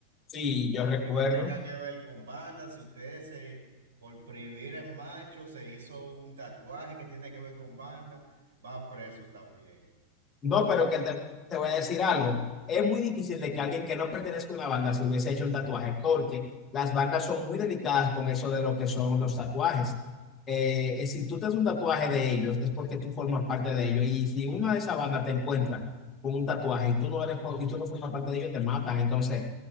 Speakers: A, on the left; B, on the right.
A: Sí, yo
B: Aunque
A: recuerdo.
B: no tenga que ver con banda, si usted se, por prohibir el macho, se hizo un tatuaje que tiene que ver con banda, va preso también. Por
A: No, pero que te, te voy a decir algo. Es muy difícil de que alguien que no pertenezca a una banda se hubiese hecho un tatuaje, porque las bandas son muy delicadas con eso de lo que son los tatuajes. Eh, eh, si tú te haces un tatuaje de ellos, es porque tú formas parte de ellos. Y si una de esas bandas te encuentra con un tatuaje y tú no eres, y tú no formas parte de ellos, te matan. Entonces,